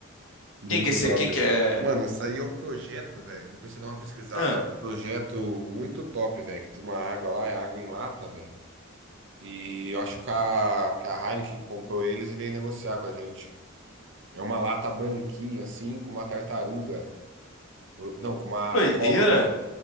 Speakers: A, on the right (about 55°); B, on the left (about 60°).
A: Muito
B: Quem que é esse?
A: top.
B: Quem que é?
A: Mano, essa aí é um projeto, velho. Depois você dá uma pesquisada.
B: Ah,
A: É um projeto muito top, velho. De uma água lá, é água em lata, velho. E eu acho que a, que a Heineken comprou eles e veio negociar com a gente. É uma lata branquinha, assim, com uma tartaruga. Ou- Não, com uma
B: doideira.
A: cobra.